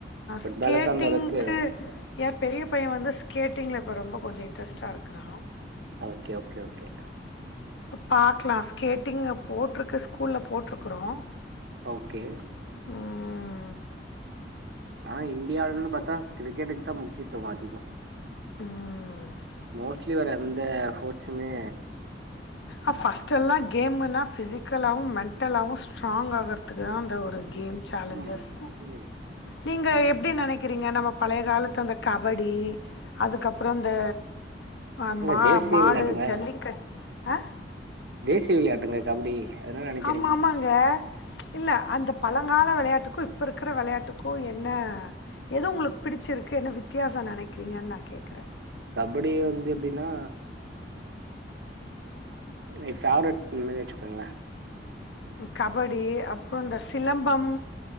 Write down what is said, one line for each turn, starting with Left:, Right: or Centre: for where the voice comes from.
Right: ஃபுட்பாலுக்கு
Left: ஸ்கேட்டிங்க்கு
Right: அந்த அளவுக்கு
Left: ஏ பெரிய பைய வந்து ஸ்கேட்டிங்ல இப்ப ரொம்ப கொஞ்சோ இன்ரெஸ்ட்டா இருக்கறா
Right: ஓகே ஓகே ஓகே
Left: பாக்கலா ஸ்கேட்டிங்க போட்ருக்கு ஸ்கூல்ல போட்ருக்குறோ
Right: ஓகே
Left: ம்
Right: ஆனா இண்டியாவ்லன் பாத்தா கிரிக்கெட்டுக்கு தா முக்கியத்துவோ அதிகோ
Left: ம்
Right: மோஸ்ட்லி வேற எந்த ஃபோட்ஸுமே
Left: ஆ ஃபஸ்ட்டெல்லா கேமுன்னா ஃபிசிக்கலாவு மெண்டலாவு ஸ்ட்ராங் ஆகற்த்துக்கு தா அந்த ஒரு கேம் சேலஞ்சஸ்
Right: ஆமா ம்
Left: நீங்க எப்டி நெனைக்கறீங்க நம்ம பழைய காலத்து அந்த கபடி அதுக்கப்பறோ அந்த அ
Right: எங்க
Left: மா
Right: தேசிய
Left: மாடு
Right: விளையாட்டுங்க
Left: ஜல்லிக்கட் ஆ
Right: தேசிய விளையாட்டுங்க கபடி அதுனா நெனைக்
Left: ஆமா ஆமாங்க இல்ல அந்த பழங்கால விளயாட்டுக்கு இப்ப இருக் கிற விளயாட்டுக்கு என்ன எது உங்ளுக் பிடிச்சிருக்கு என்ன வித்தியாசோ நெனைக்றீங்கன் நா கேக்கறே
Right: கபடி வந்து எப்டினா எ ஃபேவரெட் <inaudible> மாரி வெச்சுக்கங்ளே
Left: கபடி அப்பறோ இந்த சிலம்பம்